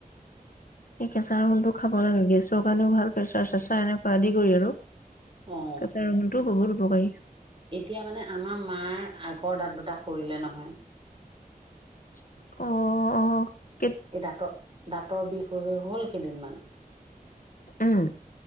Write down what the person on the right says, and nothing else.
অঁ
এতিয়া মানে আমাৰ মাৰ আগৰ দাঁত দুটা সৰিলে নহয়।
এই দাঁতৰ-দাঁতৰ বিষ হৈ-হৈ হ'ল। কেইদিনমান